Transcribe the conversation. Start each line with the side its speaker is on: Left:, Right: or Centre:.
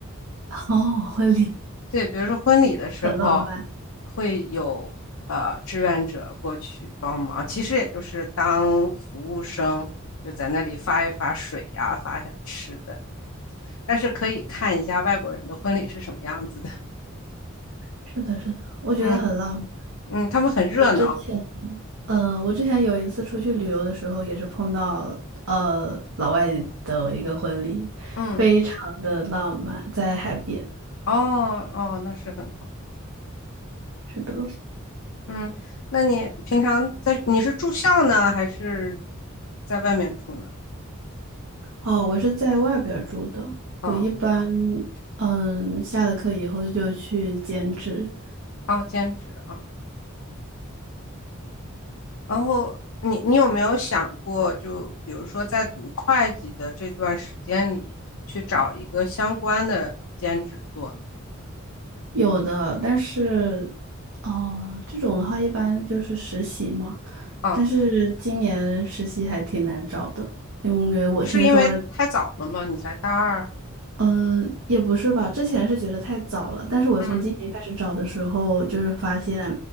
Right: <laughs> 哦，婚礼
Left: 对，比如说婚礼的时候
Right: 很浪漫，
Left: 会有呃志愿者过去帮忙，其实也就是当服务生，就在那里发一发水呀、发一下吃的但是可以看一下外国人的婚礼是什么样子的。<laughs>
Right: 是的，是的，我觉得很浪漫。
Left: 嗯嗯，他们很热闹。
Right: 我之前呃，我之前有一次出去旅游的时候，也是碰到呃老外的一个婚礼，
Left: 嗯，
Right: 非常的浪漫，在海边。
Left: 哦哦，那是很好。
Right: 是的，
Left: 嗯，那你平常在你是住校呢，还是在外面住呢？
Right: 哦，我是在外边儿住的，
Left: 哦
Right: 我一般嗯下了课以后就去兼职，
Left: 哦，兼职啊。哦然后你你有没有想过，就比如说在读会计的这段时间里，去找一个相关的兼职做呢？
Right: 有的，但是哦这种的话一般就是实习嘛，
Left: 啊，
Right: 但是今年实习还挺难找的，因为我听说。
Left: 是因为太早了吗？你才大二？
Right: 嗯，也不是吧，之前是觉得太早了，但是我从今年开始找的时候，
Left: 嗯。
Right: 就是发现